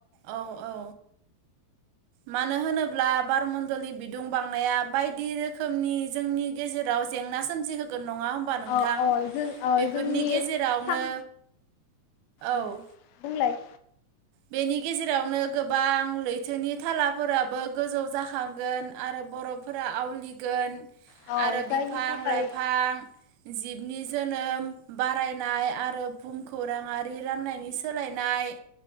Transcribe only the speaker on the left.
औ औ जों ओ
जोंनि
साम उम
बुंलाय
अ
जायनि
थाखाय